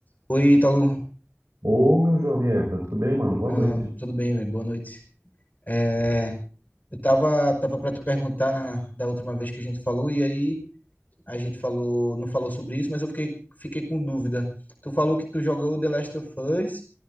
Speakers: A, on the left; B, on the right.
A: Oi, Ítalo.
B: Ô, meu jovem Everton, tudo bem, mano? Boa
A: Ah,
B: noite.
A: tudo bem, velho? Boa noite. É, eu tava, tava para te perguntar na- da última vez que a gente falou, e aí a gente falou, não falou sobre isso, mas eu fiquei, fiquei com dúvida. Tu falou que tu jogou The Last of Us,